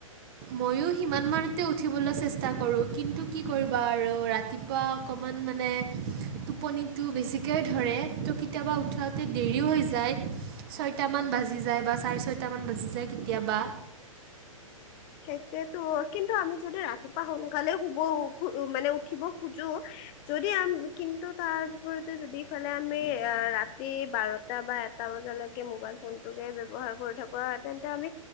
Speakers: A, on the right (about 45°); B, on the left (about 35°).
A: ময়ো সিমান মানতে উঠিবলৈ চেষ্টা কৰো কিন্তু কি কৰিবা আৰু ৰাতিপুৱা অকমান মানে টোপনিটো বেছিকৈ ধৰে ত' কেতিয়াবা উঠাতে দেৰিও হৈ যায় ছয়টামান বা বাজি যায় বা চাৰে ছয়টা মান বাজি যায় কেতিয়াবা।
B: <unintelligible> সেইটোয়েতো কিন্তু আমি যদি ৰাতিপুৱা সোনকালে শুব মানে উঠিব খোজো যদি আম কিন্তু তাৰ বিপৰীতে যদিফালে আমি ৰাতি বাৰটা বা এটা বজালৈকে মবাইল ফোনটোকে ব্যবহাৰ কৰি থাকো আৰু তেন্তে আমি